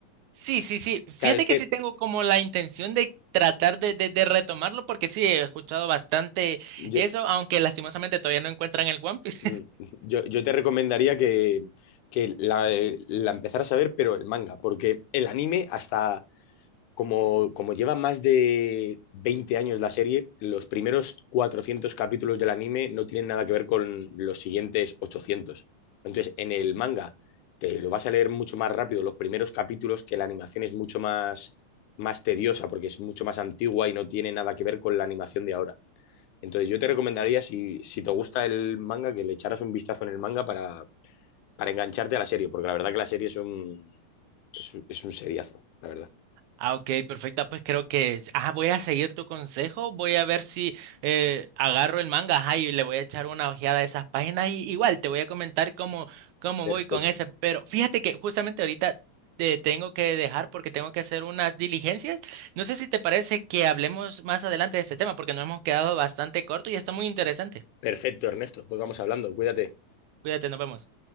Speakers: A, on the right (about 80°); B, on the left (about 80°).
A: Sí, sí, sí. Fíjate
B: Claro, es que
A: que sí tengo como la intención de tratar de, de, de retomarlo porque sí, he escuchado bastante
B: yo,
A: eso, aunque lastimosamente todavía no encuentran el One Piece.
B: mm, yo, yo te recomendaría que, que la, eh, la empezaras a ver, pero el manga, porque el anime, hasta como, como lleva más de 20 años la serie, los primeros 400 capítulos del anime no tienen nada que ver con los siguientes ochocientos Entonces, en el manga, te lo vas a leer mucho más rápido los primeros capítulos, que la animación es mucho más, más tediosa, porque es mucho más antigua y no tiene nada que ver con la animación de ahora. Entonces yo te recomendaría, si, si te gusta el manga, que le echaras un vistazo en el manga para, para engancharte a la serie, porque la verdad que la serie es un, es un, es un seriazo, la verdad.
A: Ah, ok, perfecta. Pues creo que ah, voy a seguir tu consejo. Voy a ver si eh, agarro el manga ajá, y le voy a echar una ojeada a esas páginas. Y igual te voy a comentar cómo, cómo
B: Perfecto,
A: voy con ese. Pero fíjate que justamente ahorita te tengo que dejar porque tengo que hacer unas diligencias. No sé si te parece que hablemos más adelante de este tema porque nos hemos quedado bastante corto y está muy interesante.
B: perfecto, Ernesto. Pues vamos hablando, cuídate.
A: Cuídate, nos vemos.